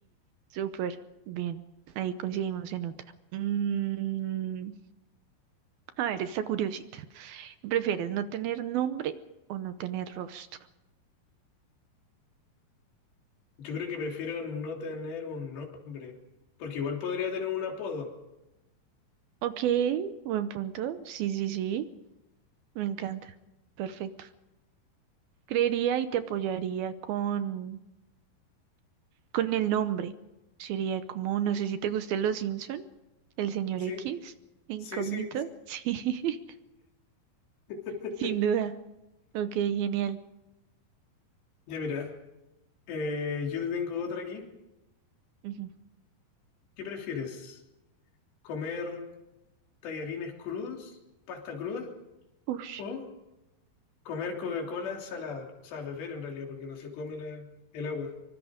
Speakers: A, on the right; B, on the left.
A: súper. Bien. Ahí coincidimos en otra. Mm, a ver, esta curiosita. ¿Qué ¿Prefieres no tener nombre o no tener rostro?
B: Yo creo que prefiero no tener un nombre, porque igual podría tener un apodo.
A: Ok, buen punto. Sí, sí, sí. Me encanta. Perfecto. Creería y te apoyaría con con el nombre. Sería como, no sé si te gusten los Simpson, el señor
B: Sí,
A: X, incógnito.
B: sí, sí.
A: <laughs> Sí,
B: <laughs>
A: sin duda. Ok, genial.
B: Ya mira, eh, yo te tengo otra aquí.
A: Ujú.
B: ¿Qué prefieres? ¿Comer tallarines crudos, pasta cruda
A: Ush,
B: o comer Coca-Cola salada? O sea, beber en realidad, porque no se come la- el agua.